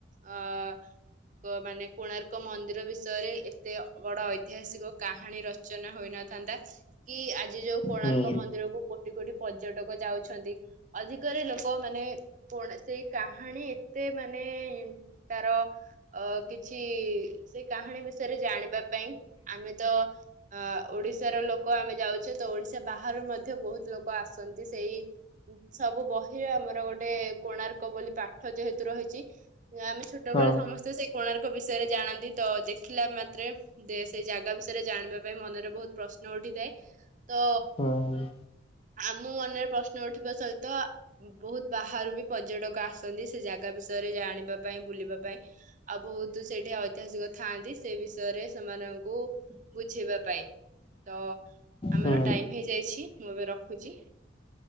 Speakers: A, on the right; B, on the left.
A: ଅ କ ମାନେ କୋଣାର୍କ ମନ୍ଦିର ବିଷୟରେ ଏତେ ବଡ ଐତିହାସିକ କାହାଣୀ ରଚନା ହଉ ହୋଇଥାନ୍ତା କି ଆଜି ଯୋଉ କୋଣାର୍କ
B: ହୁଁ
A: ମନ୍ଦିର କୁ କୋଟି କୋଟି ପର୍ଯ୍ୟଟକ ଯାଉଛନ୍ତି। ଆଜିକାଲି ଲୋକମାନେ। କୋଣ ସେଇ କାହାଣୀ ଏତେ ମାନେ ତାର ଅ କିଛି ସେ କାହାଣୀ ବିଷୟରେ ଜାଣିବା ପାଇଁ ଆମେ ତ ଅ ଓଡିଶାର ଲୋକ ଆମେ ଯାଉଛେ ତ ଓଡିଶା ବାହାରୁ ମଧ୍ୟ ବହୁତ ଲୋକ ଆସନ୍ତି ସେଇ ସବୁ ବହିରେ ଆମର ଗୋଟେ କୋଣାର୍କ ବୋଲି ପାଠ ଯେହେତୁ ରହିଛି ଆମେ ଛୋଟବେେଳେ
B: ହଁ
A: ସମସ୍ତେ ସେଇ କୋଣାର୍କ ବିଷୟରେ ଜାଣନ୍ତି ତ ତ ଦେଖିଲା ମାତ୍ରେ ଦେ ସେ ଜାଗା ବିଷୟରେ ଜାଣିବା ପାଇଁ ମନରେ ବହୁତ ପ୍ରଶ୍ନ ଉଠିଥାଏ ତ
B: ହୁଁ।
A: ଆମ ମନରେ ପ୍ରଶ୍ନ ଉଠିବା ସହିତ ଅ ବହୁତ ବାହାରୁ ବି ପର୍ଯ୍ୟଟକ ଆସନ୍ତି ସେ ଜାଗା ବିଷୟରେ ଜାଣିବା ପାଇଁ ବୁଲିବା ପାଇଁ, ଆଉ ବହୁତ ସେଇଠି ଐତିହାସିକ ଥାଆନ୍ତି ସେ ବିଷୟରେ ସେମାନଙ୍କୁ ବୁଝେଇବା ପାଇଁ। ତ ଆମର
B: ହୁଁ
A: ଟାଇମ ହେଇଯାଇଛି ମୁଁ ଏବେ ରଖୁଛି।